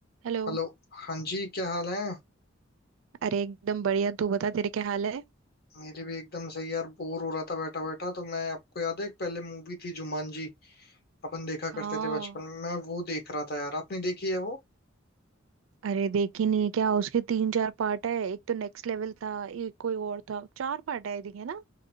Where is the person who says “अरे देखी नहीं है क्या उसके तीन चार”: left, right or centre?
Right